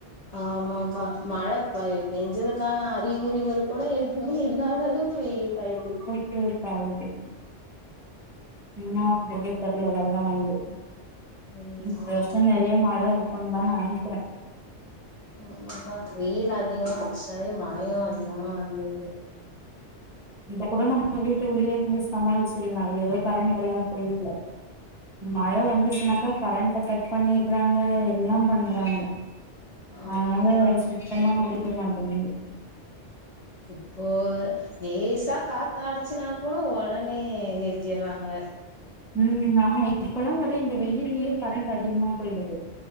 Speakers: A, on the left; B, in the centre.
A: ஆமாக்கா மழ பெஞ்சதுக்கான அறிகுறிகள் கூட எதுமே இல்லாத அளவுக்கு வெயில் காயுது
B: வெயில் காயுது என்ன ஆவபோதோ தெரியல வெல்லம் வந்து
A: ம்
B: இந்த வருஷம் நிறைய மழை இருக் க்கும் தான் நினைக்கிறேன்
A: ஆமாப்பா வெயில் அதிகமா வந்துச்சுனாலே மழையு அதிகமா வந்துருது
B: இப்ப கூட நம்ம வீட்டு உள்ளயேுுு இருந்து சமாளிச்சிற்லா ஏதோ கரண்ட்டெல்லா இருக்கு வீட்ல ம் மழ வந்துச்சுனாக்கா கரண்ட்ட கட் பண்ணிட்றாங்க எல்லா பண்றாங்க
A: ஆமாக்கா
B: அதனால சுத்தமா முடிய மாட்டேங்குது
A: இப்போ லேசா காத்தா அடிச்சுனா கூட ஒடனே நிறுத்திட்றாங்க
B: ம் ஆமா இப்பலா ஒரே இந்த வெயில்லயே கரண்ட் அதிகமா போயிடுது